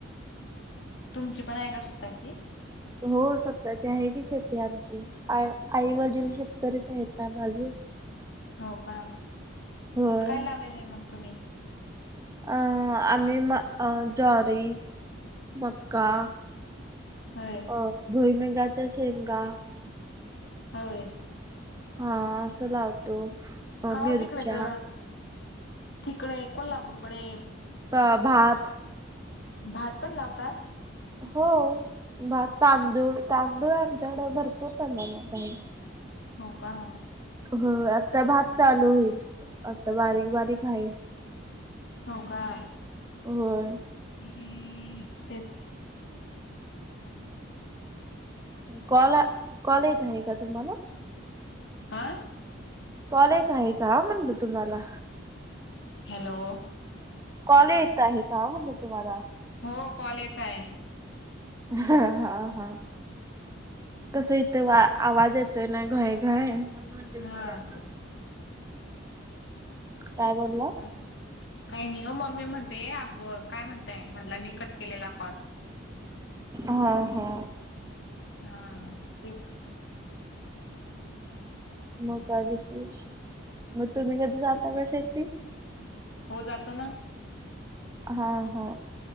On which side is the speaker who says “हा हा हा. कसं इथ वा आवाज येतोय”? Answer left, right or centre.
Right